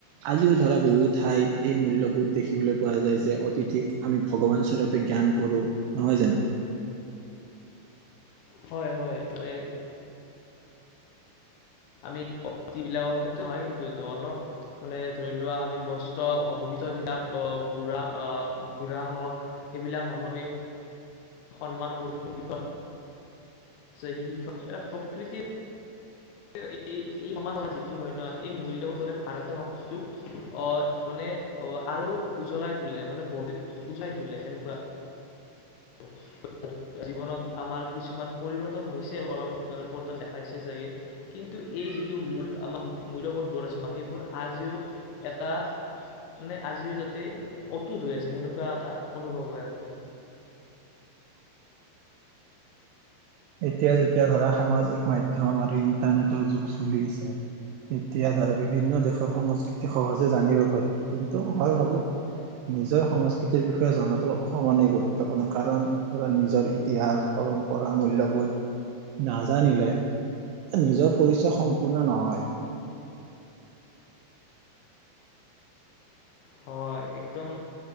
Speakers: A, on the right; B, on the left.
A: আজিও ধৰা বহু ঠাইত এই মূল্যবোধ দেখিবলৈ পোৱা যায় যে অতিথিক আমি ভগৱান স্বৰূপে জ্ঞান কৰোঁ, নহয় জানো?
B: হয় হয়, মানে আমি <unintelligible> বিলাকৰ ক্ষেত্ৰত হয় কিন্তু এইটো অলপ। মানে ধৰি লোৱা আমি বয়স্ত অবিহিত যিবিলাক বুঢ়া, আ, বুঢ়া হওঁক সেইবিলাক মানুহ আমি সন্মান কৰোঁ <unintelligible> <unintelligible> প্ৰকৃতি এই এই সমান কৰা যিটো হয় ন' এই মূল্যবোৰে ভাৰতীয় সিটোক অ' মানে অ' আৰু উজ্বলাই তোলে মানে গভীৰ উজ্বাই তোলে এনেকুৱা। <inaudible> আৰু জীৱনত আমাৰ কিছুমান পৰিৱৰ্তন হৈছে, অলপ মে পৰিৱৰ্তন দেখাইছে চাগে। কিন্তু এই যিটো মূল <unintelligible> মূল্যবোধবোৰ আছেনা সেইবোৰ আজিও এটা মানে আজিও যাতে অটুট হৈ আছে সেনেকুৱা এটা অনুভৱ হয় আৰু।
A: এতিয়া যেতিয়া ধৰা সামাজিক মাধ্যম আৰু ইন্টাৰনেটৰ যুগ চলি আছে তেতিয়া ধৰা বিভিন্ন দেশৰ সংস্কৃতি সহজে জানিব পাৰি কিন্তু মই ভাবোঁ নিজৰ সংস্কৃতিৰ বিষয়ে জনাতো সমানে গুৰুত্বপূৰ্ণ কাৰণ ধৰা নিজৰ ইতিহাস, পৰম্পৰা, মূল্য বোধ নাজানিলে এ, নিজৰ পৰিচয় সম্পূৰ্ণ নহয়।
B: হয়, একদম